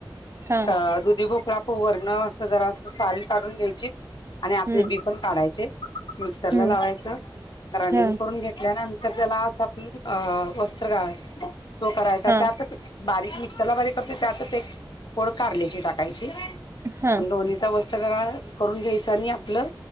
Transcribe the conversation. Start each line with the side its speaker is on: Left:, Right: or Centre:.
Right: हा
Left: अ दुधी भोपळा पो वरन अशी जरा अस साल काढून घ्यायची. आणि आतले
Right: हम्म
Left: बी पण काढायचे मिक्सरला
Right: हम्म
Left: लावायचं ग्राइंडिंग
Right: हा
Left: करून घ्या त्यानंतर त्याला असा आपलं वस्त्रगाळ करायचा तो करायचा
Right: हा
Left: त्यात बारीक मिक्सरला बारीक करते त्यातच एक फोड कारल्याची टाकायची
Right: हा
Left: दोन्हीचा वस्त्रगाळ वस्त्रगाळ करून घ्यायचा. त्यानी आपलं